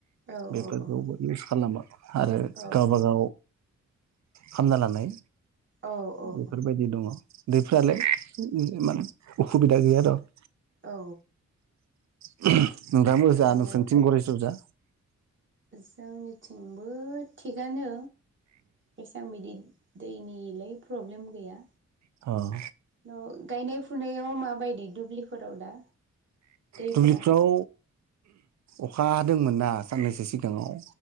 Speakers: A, on the right; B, on the right.
A: औ
B: बेफोरखौबो
A: औ औ
B: इउस खालामो आरो
A: औ
B: गावबागाव हामना लानाय
A: औ औ
B: बेफोरबायदि
A: औ
B: दङ दैफ्रालाय म असुबिदा गैयााथ'
A: औ
B: <inaudible> नोंथाङ
A: ओमफ्राय
B: मोजां जा नोंसोरनिथिं गरेस्र जा
A: जोंनिथिंबो थिगानो बेसां बिदि दैनिलाय प्रब्लेम गैया
B: औ
A: न' गायनाय फुनायाव माबायदि दुब्लिफोराव दा दैफोरा
B: दुब्लिफ्राव अखा हादोंमोन ना साननैसो सिगाङाव